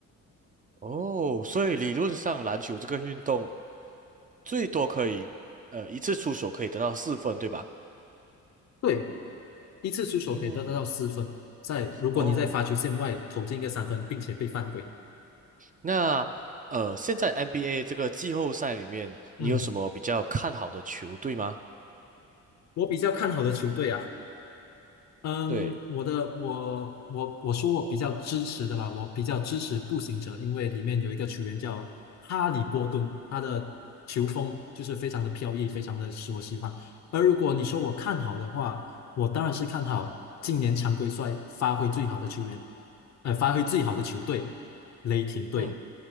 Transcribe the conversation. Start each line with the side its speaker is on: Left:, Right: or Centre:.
Right: 哦，所以理论上篮球这个运动。最多可以呃一次出手可以得到四分，对吧？
Left: 对，一次出手可以得到到四分。
Right: 嗯，
Left: 在如果你在罚球线外投进一个三分，
Right: 哦，
Left: 并且被犯规，
Right: 那呃，现在 NBA 这个季后赛里面，你有什么比较看好的球队吗？
Left: 嗯，我比较看好的球队啊。嗯，
Right: 对，
Left: 我的我我我说我比较支持的吧，我比较支持步行者，因为里面有一个球员叫哈利波顿，他的球风就是非常的飘逸，非常的使我喜欢。而如果你说我看好的话，我当然是看好今年常规赛发挥最好的球员，呃，发挥最好的球队雷霆队。
Right: 嗯，